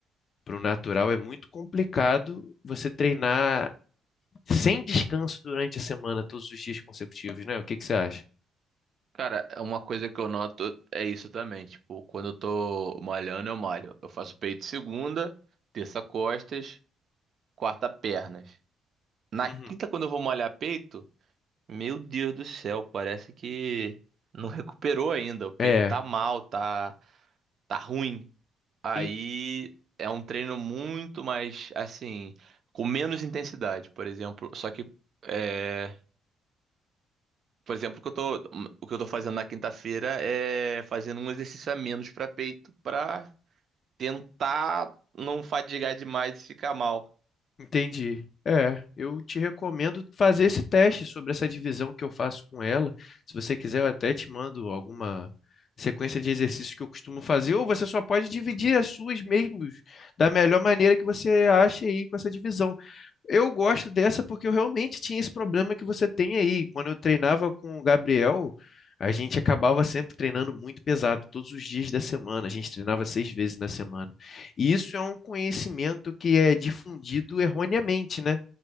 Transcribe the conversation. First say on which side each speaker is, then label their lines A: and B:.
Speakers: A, on the left; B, on the right.
A: para o natural é muito complicado você treinar sem descanso durante a semana, todos os dias consecutivos, né? O que que você acha?
B: Cara, uma coisa que eu noto é isso também. Tipo, quando eu tô malhando, eu malho. Eu faço peito segunda, terça costas, quarta pernas. Na
A: Uhum.
B: quinta, quando eu vou malhar peito, meu Deus do céu, parece que não recuperou ainda. O peito
A: É,
B: tá mal, tá, tá ruim. Aí
A: En-
B: é um treino muito mais, assim, com menos intensidade, por exemplo. Só que é, Por exemplo, o que eu tô, o que eu tô fazendo na quinta-feira é fazendo um exercício a menos pra peito pra tentar não fadigar demais e ficar mal.
A: Entendi. É, eu te recomendo fazer esse teste sobre essa divisão que eu faço com ela. Se você quiser, eu até te mando alguma sequência de exercícios que eu costumo fazer, ou você só pode dividir as suas mesmos da melhor maneira que você acha aí com essa divisão. Eu gosto dessa porque eu realmente tinha esse problema que você tem aí. Quando eu treinava com o Gabriel, a gente acabava sempre treinando muito pesado, todos os dias da semana. A gente treinava seis vezes na semana. E isso é um conhecimento que é difundido erroneamente, né?